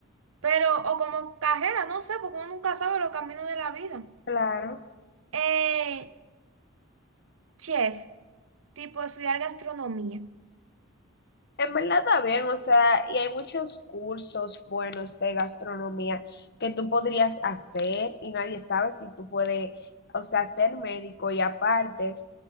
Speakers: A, on the right (about 75°); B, on the left (about 55°).
A: Pero, o como carrera, no sé, porque uno nunca sabe los caminos de la vida.
B: Claro.
A: Eh, chef, tipo estudiar gastronomía.
B: En verdad está bien, o sea, y hay muchos cursos buenos de gastronomía que tú podrías hacer y nadie sabe si tú puedes, o sea, ser médico y aparte